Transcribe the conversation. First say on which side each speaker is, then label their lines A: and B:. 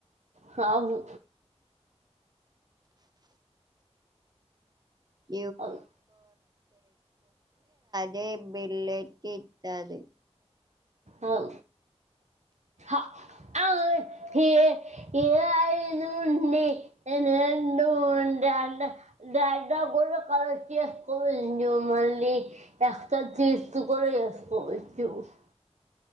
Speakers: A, on the right (about 80°); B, on the right (about 35°).
A: కాదు
B: <unintelligible>
A: అవును
B: లే బిళ్ళు ఎట్ల ఇత్తది
A: అవు <unintelligible> <unintelligible> <unintelligible>